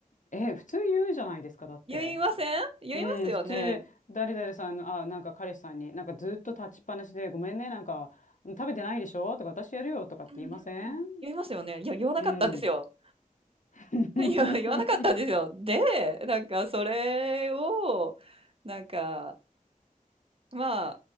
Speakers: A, on the left; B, on the right.
A: え、普通言うじゃないですか、だって。
B: 言いません？言いますよね。
A: うん、普通、誰々さんの、あ、なんか彼氏さんに、なんかずっと立ちっぱなしで、ごめんね、なんか、食べてないでしょとか、私やるよとかって言いません
B: うんうん。言いますよね。いや、言わなかったんですよ。
A: うん。<laughs>
B: <laughs> いや、言わなかったんですよ。で、なんかそれを、なんか、ま